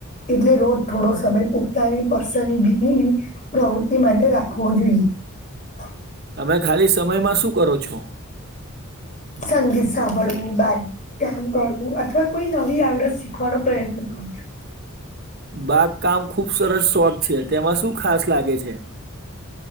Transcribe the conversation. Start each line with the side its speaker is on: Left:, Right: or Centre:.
Left: એટલે રોજ થોડો સમય પોતાની પસંદગીની પ્રવૃત્તિ માટે રાખવો જોઈએ. <unintelligible> <inaudible>
Right: તમે ખાલી સમયમાં શું કરો છો?
Left: સંગીત સાંભળવું બેામ કરવું અથવા કોઈ નવી આવડત શીખવાનો પ્રયત્ન. હ છું <inaudible>
Right: <unintelligible> <inaudible> બાગકામ ખુબ સરસ શોટ છે તેમાં શું ખાસ લાગે છે?